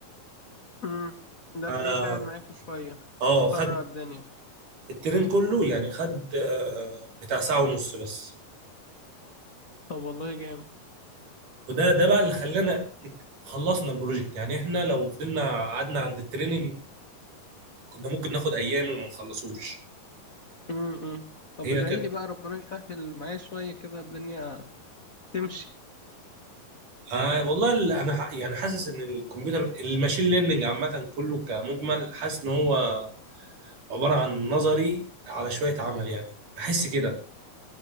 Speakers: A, on the left (about 85°); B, on the right (about 65°).
A: امم ده
B: عليه
A: تلاقيه ساعد معاكوا شوية
B: اه خد
A: سرع الدنيا
B: الترين كله يعني خد آه، بتاع ساعة ونص بس
A: طب والله جامد
B: وده ده بقى اللي خلانا نك- خلصنا البروجكت يعني احنا لو فضلنا قعدنا عند التريننج كنا ممكن ناخد ايام وما نخلصوش
A: امم طب
B: هي
A: ادعي
B: كانت
A: لي بقى ربنا يسهل معايا شوية كده الدنيا تمشي
B: آه والله ال- انا ح- يعني حاسس ان الكمبيوتر الماشين ليرنينج عامة كله كمجمل حاسس ان هو عبارة عن نظري على شوية عمل يعني بحس كده